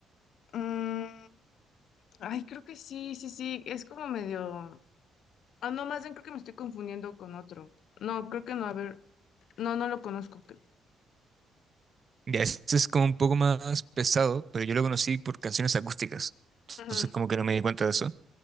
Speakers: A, on the left (about 70°); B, on the right (about 40°).
A: Mm, ay, creo que sí, sí, sí, es como medio... Ah, no, más bien creo que me estoy confundiendo con otro. No, creo que no, a ver, no, no lo conozco. creo.
B: Ya, ese es como un poco más pesado, pero yo lo conocí por canciones acústicas.
A: Ujú,
B: Entonces como que no me di cuenta de eso.